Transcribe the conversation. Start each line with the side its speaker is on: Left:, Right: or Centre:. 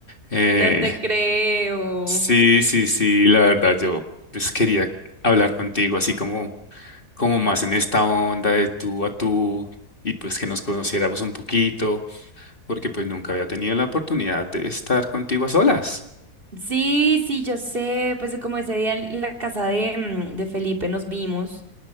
Left: eh,
Right: no te creo.
Left: Sí, sí, sí, la verdad yo pues quería hablar contigo así como, como más en esta onda de tú a tú y pues que nos conociéramos un poquito porque pues nunca había tenido la oportunidad de estar contigo a solas.
Right: Sí, sí, yo sé, pues como ese día en la casa de, mm, de Felipe nos vimos